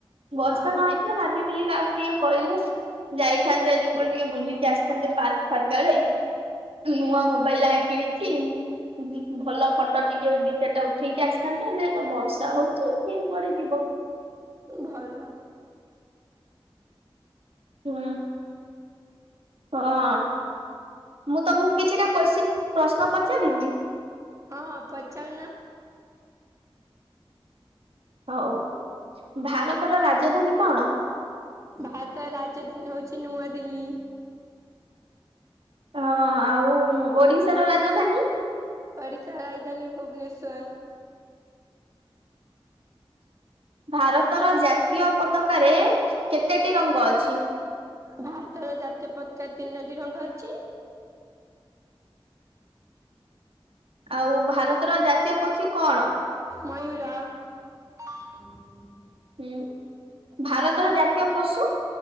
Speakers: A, on the right; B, on the right.
A: ବର୍ଷା
B: ଆଉ
A: ନ ହେଇଥିଲା ଭାବିଥିଲି କାହାକୁ ଟିକେ କହିଲେ ଯାଇଥାନ୍ତେ ଆଜି କଣ ଟିକେ ବୁଲିକି ଆସିଥାନ୍ତେ ପାର୍କ ଫାର୍କ ଆଡେ। ନୂଆ ମୋବାଇଲି ମୋବାଇଲି ଟା ଆକିଣି କି ଭଲ ଫଟୋ ଟିକେ ଦି ଚଟା ଉଠେଇକି ଆସିଥାନ୍ତେ ଏ ବର୍ଷା ହଉଛି। କିଏ କୁଆଡେ ଯିବ
B: ଭଲ।
A: ହୁଁ ହଁ। ମୁଁ ତମକୁ କିଛିଟା କୋଶ୍ଚିନ୍ ପ୍ରଶ୍ନ ପଚାରିବି।
B: ହଁ ପଚାଉ ନା
A: ହଉ ଭାରତର ରାଜଧାନୀ କଣ?
B: ଭାରତର ରାଜଧାନୀ ହଉଛି ନୂଆଦିଲ୍ଲୀ।
A: ହଁ ଆଉ ଓଡିଶାର ରାଜଧାନୀ
B: ଓଡ଼ିଶା ର ରାଜଧାନୀ ଭୁବନେଶ୍ଵର।
A: ଭାରତର ଜାତୀୟ ପତାକାରେ କେତେଟି ରଙ୍ଗ ଅଛି?
B: ଭାରତର ଜାତୀୟ ପତାକା ତିନୋଟି ରଙ୍ଗ ଅଛି।
A: ଆଉ ଭାରତର ଜାତୀୟ ପକ୍ଷୀ କଣ?
B: ମୟୂୁର। <inaudible>
A: ହୁଁ ଭାରତର ଜାତୀୟ ପଶୁ